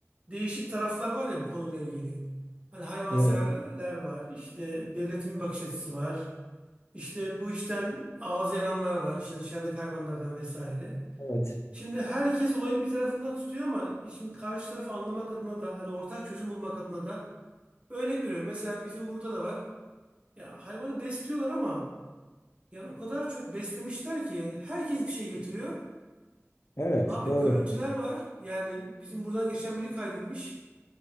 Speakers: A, on the right; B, on the left.
A: değişik taraflar var ya bu konuyla ilgili. Hani hayvanseverler
B: Evet,
A: var, işte devletin bir bakış açısı var, işte bu işten ağız yananlar var, işte dışarıdaki hayvanlardan vesaire.
B: evet,
A: Şimdi herkes olayın bir tarafından tutuyor ama e, şimdi karşı tarafı anlamak adına da hani ortak çözüm bulmak adına da örnek veriyorum. Mesela bizim burada da var. Ya hayvanı besliyorlar ama Yani o kadar çok beslemişler ki herkes bir şey getiriyor.
B: evet
A: Abi
B: doğru.
A: görüntüler var. Yani bizim buradan geçen biri kaydetmiş.